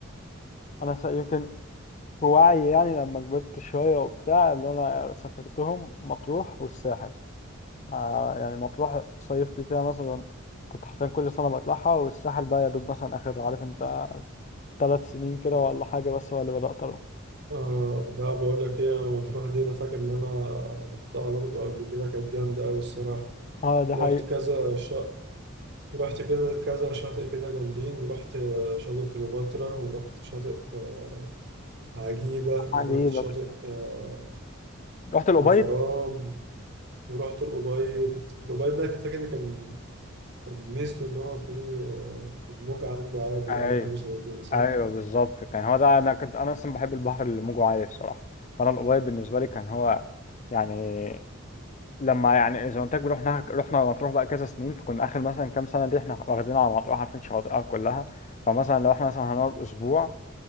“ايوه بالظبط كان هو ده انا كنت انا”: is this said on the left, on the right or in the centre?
Left